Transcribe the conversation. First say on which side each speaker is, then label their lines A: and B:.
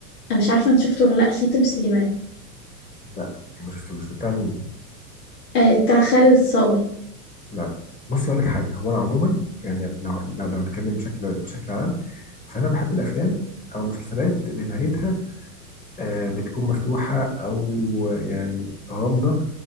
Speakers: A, on the left; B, on the left.
A: انا مش عارفة انت شفته ولا لا خاتم سليمان
B: لا ما شفتوش ده بتاع مين؟
A: آه بتاع خالد الصاوي
B: لا بص اقول لك حاجه هو انا عموما يعني لو لو لو اتكلم بشكل بشكل عام فانا بحب الافلام او المسلسلات اللي نهايتها آه، بتكون مفتوحه او آه، يعني غامضه